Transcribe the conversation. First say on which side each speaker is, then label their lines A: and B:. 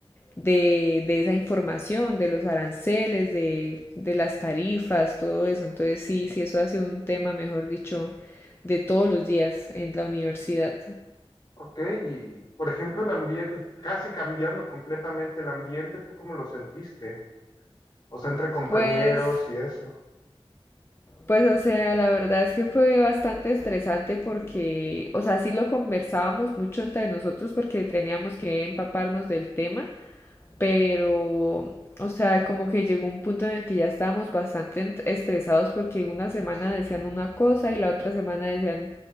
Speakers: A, on the left; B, on the left.
A: de, de esa información, de los aranceles, de, de las tarifas, todo eso. Entonces sí, sí, eso ha sido un tema, mejor dicho, de todos los días en la universidad.
B: ok, y por ejemplo, el ambiente, casi cambiando completamente el ambiente, ¿tú cómo lo sentiste? O sea, entre compañeros
A: Pues
B: y eso.
A: Pues, o sea, la verdad es que fue bastante estresante porque, o sea, sí lo conversábamos mucho entre nosotros porque teníamos que empaparnos del tema, pero, o sea, como que llegó un punto en el que ya estábamos bastante ent- estresados porque una semana decían una cosa y la otra semana decían